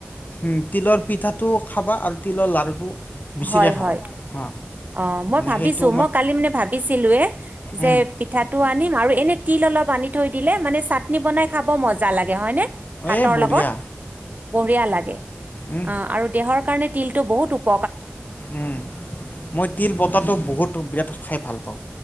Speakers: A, on the left (about 40°); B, on the right (about 40°).
A: উম তিলৰ পিঠাটো খাবা আৰু তিলৰ লাৰুটো বেছিকৈ
B: হয়
A: খাবা
B: হয়
A: হা
B: অ মই
A: মানে
B: ভাবিছো
A: সেইটো
B: মই কালি মানে ভাবিছিলোয়ে যে
A: উম।
B: পিঠাটো আনিম আৰু এনে তিল অলপ আনি থৈ দিলে মানে চাটনি বনাই খাব মজা লাগে হয়নে ভাতৰ
A: এ বঢ়িয়া
B: লগত বঢ়িয়া লাগে
A: উম
B: অ আৰু দেহৰ কাৰণে তিলটো বহুত উপ
A: উম মই তিল পতাটো বহুত বিৰাট খাই ভাল পাওঁ